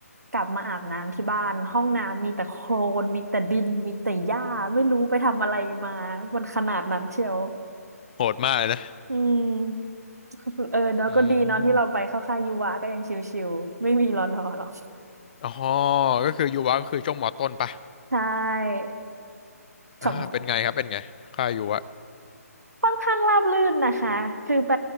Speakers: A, on the right (about 75°); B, on the left (about 35°).
A: กลับมาอาบน้ำที่บ้านห้องน้ำมีแต่โคลนมีแต่ดินมีแต่หญ้าไม่รู้ไปทำอะไรมามันขนาดนั้นเชียว
B: โหดมากเลยนะ
A: อืม <laughs> เออแล้วก็ดีเนาะที่เราไปเข้าค่ายยูวาก็ยังชิวๆไม่มีรอนอหรอก
B: อืมอ๋อก็คือยูวะก็คือช่วงมอต้นปะ
A: ใช่ขับ
B: อ่าเป็นไงครับเป็นไงค่ายยูวะ
A: ค่อนข้างราบรื่นนะคะคือไป